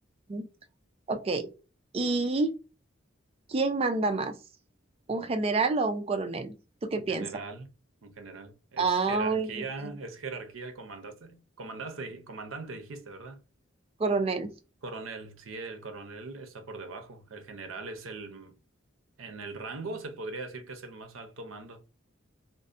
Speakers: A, on the right; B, on the right.
A: Ujú. Ok. ¿Y quién manda más? ¿Un general o un coronel? ¿Tú
B: Un
A: qué piensas?
B: general, un general. Es
A: Ah,
B: jerarquía,
A: muy bien.
B: es jerarquía el comandante, comandaste, comandante dijiste, ¿verdad?
A: Coronel.
B: Coronel, sí, el coronel está por debajo. El general es el En el rango se podría decir que es el más alto mando.